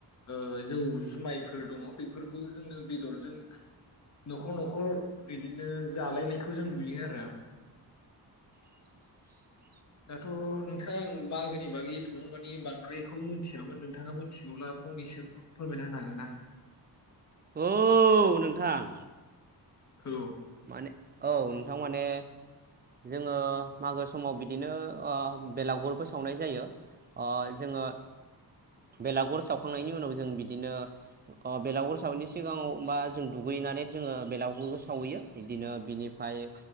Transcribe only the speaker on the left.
ओ जौ जुमायफोर दङ बेफोर बेफोरखौ जोङो बेदरजों न'खर न'खर बिदिनो बिदिनो जालायनायखौ जों नुयो आरो।
दाथ' नोंथां आं मागोनि बागै एथबां माने बांद्रायखौ मिथियामोन नोंथाङा मिथिगौब्ला फंनैसो फोरमायना होनो हागोन ना?
औ